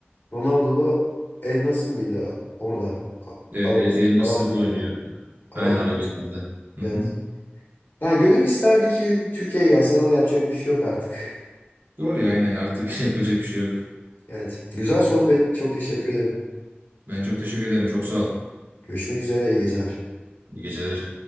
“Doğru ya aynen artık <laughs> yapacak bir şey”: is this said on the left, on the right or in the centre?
Right